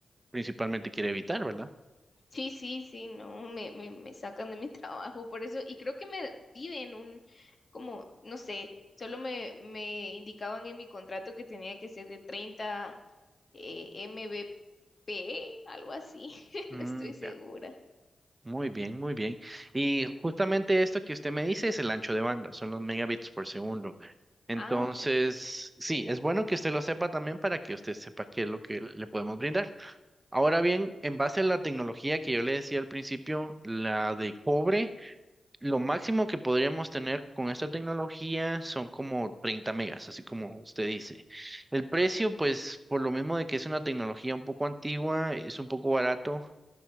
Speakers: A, on the right; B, on the left.
A: principalmente quiere evitar, ¿verdad?
B: Sí, sí, sí, no, me, me, me sacan de mi <laughs> trabajo por eso, y creo que me piden un, como, no sé, solo me, me indicaban en mi contrato que tenía que ser de 30 eh, MBP, algo así, <laughs>
A: Mm,
B: no estoy segura.
A: ya. Muy bien, muy bien. Y justamente esto que usted me dice es el ancho de banda, son los megabits por segundo. Entonces,
B: Ah,
A: sí, es bueno que usted lo sepa también para que usted sepa qué es lo que le podemos brindar. Ahora bien, en base a la tecnología que yo le decía al principio, la de cobre. Lo máximo que podríamos tener con esta tecnología son como 30 megas, así como usted dice. El precio, pues, por lo mismo de que es una tecnología un poco antigua, es un poco barato,